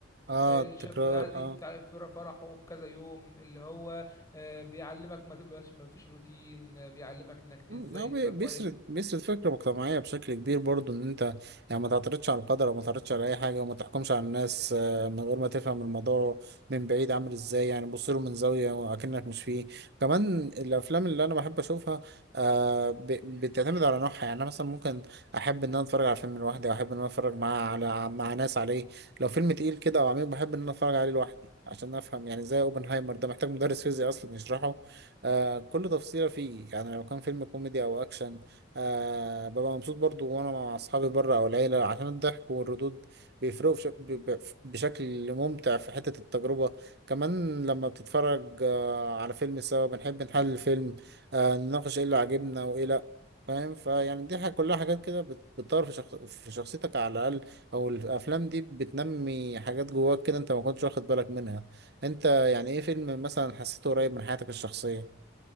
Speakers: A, on the right; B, on the left.
A: اه
B: آه،
A: التكرار
B: شاب عادي
A: اه
B: بتاع فر- فرحه بكذا يوم اللي هو آه، بيعلمك ما تبقاش ما فيش روتين آه، بيعلمك انك ت-
A: مم،
B: ازاي
A: هو
B: تبقى
A: بي- بيسرد
B: كويس
A: بيسرد فكرة مجتمعية بشكل كبير برضو ان انت يعني ما تعترضش على القدر او ما تعترضش على اي حاجة وما تحكمش على الناس آه، من غير ما تفهم الموضوع من بعيد عامل ازاي يعني بص له من زاوية وأكنك مش فيه كمان الافلام اللي انا بحب اشوفها آه، ب- بتعتمد على نوعها يعني انا مثلا ممكن احب ان انا اتفرج على فيلم لوحدي او احب ان انا اتفرج مع على مع ناس عليه لو فيلم تقيل كده او عميق بحب ان انا اتفرج عليه لوحدي عشان افهم يعني زي اوبنهايمر ده محتاج مدرس فيزياء اصلا يشرحه آه كل تفصيلة فيه يعني لو كان فيلم كوميدي أو أكشن آه ببقى مبسوط برضو وأنا مع أصحابي بره أو العيلة عشان الضحك والردود بيفرقوا بش- ب- ب- بشكل ممتع في حتة التجربة كمان لما بتتفرج آه على فيلم سوا بنحب نحلل الفيلم آه نناقش إيه اللي عجبنا وإيه لأ فاهم فيعني دي حاجة كلها حاجات كده بت- بتطور في, شخص... في شخصيتك على الأقل أو الأفلام دي بتنمي حاجات جواك كده أنت ما كنتش واخد بالك منها أنت يعني إيه فيلم مثلا حسيته قريب من حياتك الشخصية؟